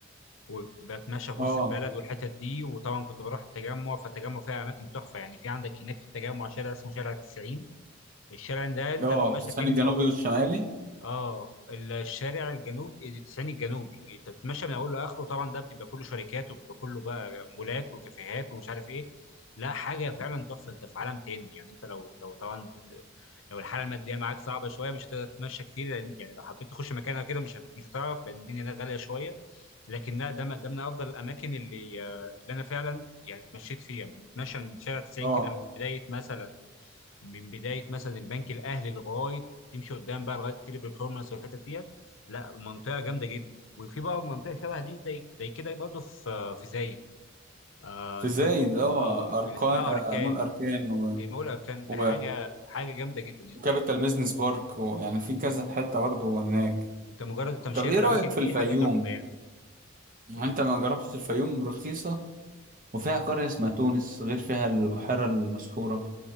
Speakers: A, on the left; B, on the right.
A: وبتمشى في
B: اه
A: وسط البلد والحتت دي وطبعا كنت بروح التجمع فالتجمع فيها اماكن تحفه يعني في عندك هناك في التجمع شارع اسمه شارع 90 الشارع ده انت
B: اه
A: بتمشى
B: التسخين
A: فيه من
B: الجنوبي
A: اوله
B: والشمالي
A: اه الشارع الجنوبي التسعيني الجنوبي انت بتتمشى من اوله لاخره طبعا ده بتبقى كله شركات وبيبقى كله بقى مولات وكافيهات ومش عارف ايه لا حاجه فعلا تحفه انت في عالم تاني يعني انت لو لو طبعا لو الحاله الماديه معاك صعبه شويه مش هتقدر تتمشى كتير لأن- يعني لو حبيت تخش مكان او كده مش هت... مش هتعرف لان الدنيا هناك غاليه شويه لكن لا ده م- ده من افضل الاماكن اللي آه، اللي انا فعلا يعني اتمشيت فيها بتمشى من شارع 90
B: اه
A: كده من بدايه مثلا من بدايه مثلا البنك الاهلي لغايه تمشي قدام بقى لغايه تيلي برفورمانس والحته ديت لا منطقه جامده جدا وفي بقى منطقه شبه دي زي زي كده برضه في في زايد آه
B: في
A: اسمها
B: زايد اه
A: اه
B: اركان
A: اللي اسمها اركان
B: آه، مول اركان و...
A: المول اركان
B: و...
A: ده حاجه حاجه جامده جدا يعني
B: وكابيتال
A: انت
B: بيزنس بارك ويعني
A: مم.
B: في كذا حته برضه هناك
A: انت مجرد التمشيه
B: طب ايه
A: في الاماكن
B: رايك
A: دي
B: في الفيوم
A: حاجه تحفه يعني
B: يعني
A: ال...
B: انت ما جربتش الفيوم رخيصه وفيها قريه اسمها تونس غير فيها البحيره المسحوره